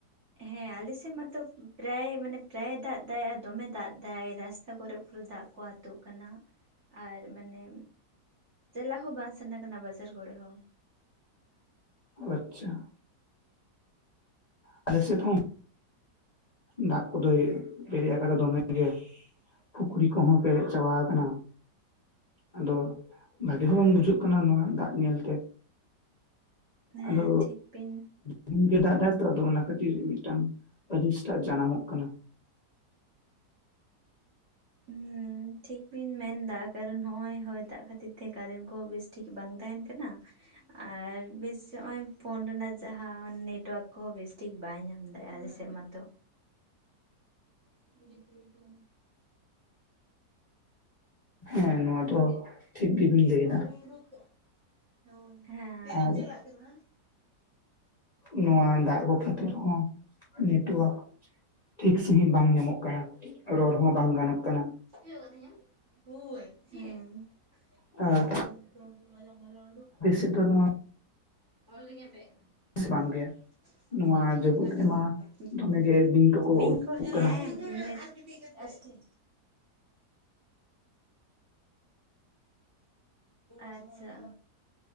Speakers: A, on the right; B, on the left.
A: ᱦᱮᱸ ᱟᱞᱮ ᱥᱮᱫ ᱢᱟᱛᱚ ᱯᱨᱟᱭ ᱢᱟᱱᱮ ᱯᱨᱟᱭ ᱮ ᱫᱟᱜ ᱫᱟᱭ ᱟᱨ ᱫᱚᱢᱮ ᱫᱟᱜ ᱫᱟᱭ ᱨᱟᱥᱛᱟ ᱠᱚᱨᱮ ᱯᱩᱨᱟᱹ ᱫᱟᱜ ᱠᱚ ᱟᱛᱳᱜ ᱠᱟᱱᱟ᱾ ᱟᱨ ᱢᱟᱱᱟ, ᱪᱟᱞᱟᱜ ᱦᱚᱸ ᱵᱟᱝ ᱥᱟᱱᱟ ᱠᱟᱱᱟ ᱵᱟᱡᱟᱨ ᱠᱚᱨᱮ ᱦᱚᱸ᱾
B: ᱚ ᱟᱪᱪᱷᱟ᱾ ᱟᱞᱮ ᱥᱮᱫ ᱦᱚᱸ ᱫᱟᱜ ᱠᱚᱫᱚᱭ ᱯᱮᱨᱮᱡ ᱟᱠᱟᱫᱟ ᱫᱚᱢᱮ ᱜᱮ᱾ ᱯᱩᱠᱷᱨᱤ ᱠᱚᱦᱚᱸ ᱯᱮᱨᱮᱡ ᱪᱟᱵᱟ ᱟᱠᱟᱱᱟ᱾ ᱟᱫᱚ ᱵᱷᱟᱜᱮ ᱦᱚᱸ ᱵᱟᱝ ᱵᱩᱡᱷᱟᱹᱜ ᱠᱟᱱᱟ ᱱᱚᱣᱟ ᱫᱟᱜ ᱧᱮᱞᱛᱮ᱾
A: ᱦᱮᱸ
B: ᱟᱫᱚ,
A: ᱴᱷᱤᱠ ᱵᱤᱱ
B: ᱫᱤᱱ ᱜᱮ ᱫᱟᱜ ᱫᱟᱭ ᱛᱚ ᱚᱱᱟ ᱠᱷᱟᱹᱛᱤᱨ ᱢᱤᱫᱴᱟᱝ ᱟᱲᱤᱥ ᱴᱟᱜ ᱡᱟᱱᱟᱢᱚᱜ ᱠᱟᱱᱟ᱾
A: ᱦᱩᱸ᱾ ᱴᱷᱤᱠ ᱵᱤᱱ ᱢᱮᱱᱫᱟ ᱠᱟᱨᱚᱱ ᱦᱚᱸᱜ-ᱚᱭ ᱦᱚᱭ ᱫᱟᱜ ᱠᱷᱟᱹᱛᱤᱨ ᱛᱮ ᱠᱟᱨᱮᱱ ᱠᱚ ᱵᱮᱥ ᱴᱷᱤᱠ ᱵᱟᱝ ᱛᱟᱦᱮᱸᱱ ᱠᱟᱱᱟ, ᱟᱨ ᱵᱮᱥ <unintelligible> ᱯᱷᱳᱱ ᱨᱮᱱᱟᱜ ᱡᱟᱦᱟᱸ ᱱᱮᱴᱣᱟᱨᱠ ᱠᱚᱦᱚᱸ ᱵᱮᱥ ᱴᱷᱤᱠ ᱵᱟᱭ ᱧᱟᱢ ᱫᱟᱭ ᱟᱞᱮ ᱥᱮᱫ ᱢᱟᱛᱚ᱾ <inaudible>
B: ᱦᱮᱸ ᱱᱚᱣᱟ
A: <unintelligible>
B: ᱫᱚ ᱴᱷᱤᱠ ᱜᱮᱵᱤᱱ ᱞᱟᱹᱭ ᱮᱫᱟ ᱟᱨ ᱱᱚᱣᱟ ᱫᱟᱜ ᱠᱚ ᱠᱷᱟᱹᱛᱤᱨ ᱦᱚᱸ ᱱᱮᱴᱚᱣᱟᱠ ᱴᱷᱤᱠ ᱥᱟᱺᱦᱤᱡ ᱵᱟᱝ ᱧᱟᱢᱚᱜ ᱠᱟᱱᱟ ᱨᱚᱲ ᱦᱚᱸ ᱵᱟᱝ ᱜᱟᱱᱚᱜ ᱠᱟᱱᱟ᱾
A: <inaudible> <unintelligible>
B: ᱟᱨ ᱛᱮᱫᱚ ᱱᱚᱣᱟ
A: <unintelligible> <unintelligible>
B: ᱵᱟᱝᱜᱮ ᱱᱚᱣᱟ ᱡᱟᱹᱯᱩᱫ ᱨᱮᱢᱟ ᱫᱚᱢᱮᱜᱮ
A: <inaudible>
B: ᱵᱤᱧ ᱠᱚᱠᱚ ᱩᱰᱩᱠᱚᱜ ᱠᱟᱱᱟ
A: ᱟᱪᱪᱷᱟ᱾